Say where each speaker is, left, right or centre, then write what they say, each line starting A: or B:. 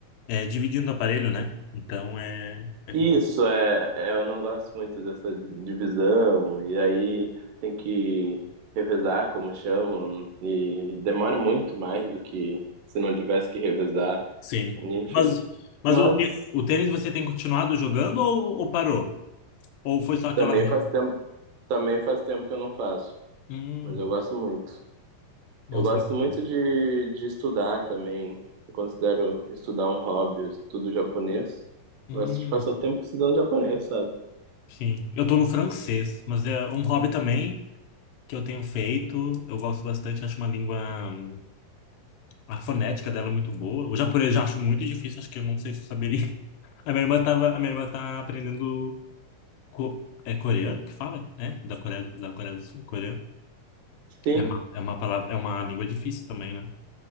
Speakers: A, on the left (about 80°); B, on the right (about 75°).
A: é dividindo o aparelho, né? Então é, é
B: Isso,
A: complicado.
B: é, é, eu não gosto muito dessa di- divisão, e aí tem que revezar, como chamam, e demora muito mais do que se não tivesse que revezar,
A: Sim.
B: enfim.
A: Mas, mas
B: Mas
A: o, tê- o tênis você tem continuado jogando ou, ou parou? Ou foi só aquela.
B: também faz tempo, também faz tempo que eu não faço,
A: Hum,
B: mas eu gosto muito.
A: nossa,
B: Eu gosto
A: muito
B: muito
A: bom.
B: de, de estudar também, eu considero estudar um hobby, eu estudo japonês,
A: Hum,
B: gosto de passar o tempo estudando japonês, sabe?
A: sim. Eu tô no francês, mas é um hobby também que eu tenho feito. Eu gosto bastante, acho uma língua. hum, A fonética dela é muito boa. O japonês eu já acho muito difícil, acho que eu não sei se eu saberia. A minha irmã tava, a minha irmã tá aprendendo co- é coreano que fala? né? da Coreia, da Coreia do Sul, coreano.
B: Sim.
A: É uma, é uma palavra, é uma língua difícil também, né?